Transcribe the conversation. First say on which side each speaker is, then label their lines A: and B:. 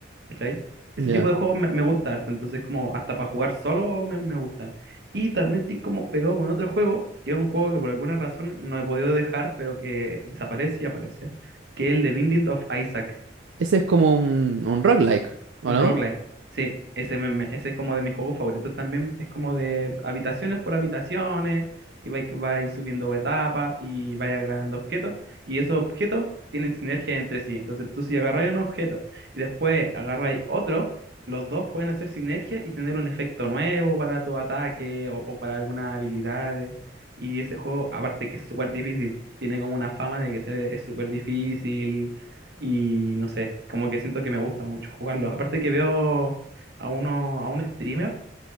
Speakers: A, on the right (about 60°); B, on the right (about 80°).
A: ¿cachai? Ese
B: ya.
A: tipo de juegos me, me gusta harto, entonces como hasta para jugar solo me, me gustan. Y también estoy como pegado con otro juego, que es un juego que por alguna razón no he podido dejar, pero que desaparece y aparece, que es el de Binding of Isaac.
B: Ese es como un, un roguelike, ¿o
A: Un
B: no?
A: roguelike. Sí, ese, me- me- ese es como de mis juegos favoritos también. Es como de habitaciones por habitaciones y vais vais subiendo etapas y vayas ganando objetos. Y esos objetos tienen sinergia entre sí. Entonces tú si agarráis un objeto y después agarráis otro, los dos pueden hacer sinergia y tener un efecto nuevo para tu ataque o, o para algunas habilidades. Y ese juego, aparte que es súper difícil, tiene como una fama de que se- es súper difícil y no sé, como que siento que me gusta mucho jugarlo. Aparte que veo a uno, a un streamer